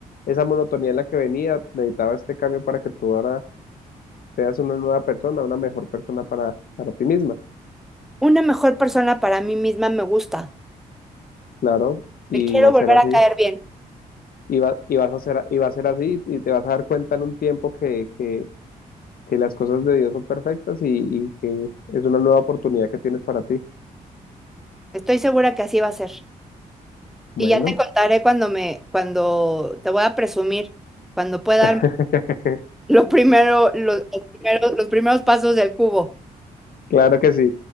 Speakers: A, on the left; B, in the centre.
A: esa monotonía en la que venía necesitaba este cambio para que tú ahora seas una nueva persona, una mejor persona para, para ti misma.
B: Una mejor persona para mí misma me gusta.
A: Claro, y
B: Me quiero
A: va a
B: volver
A: ser así,
B: a caer bien.
A: y va, y vas a ser, y va a ser así, y te vas a dar cuenta en un tiempo que, que, que las cosas de Dios son perfectas y, y que es una nueva oportunidad que tienes para ti.
B: Estoy segura que así va a ser.
A: Bueno,
B: Y ya te contaré cuando me, cuando te voy a presumir, cuando pueda
A: <laughs>
B: dar <laughs> lo primero, los, los primeros, los primeros pasos del cubo.
A: claro que sí.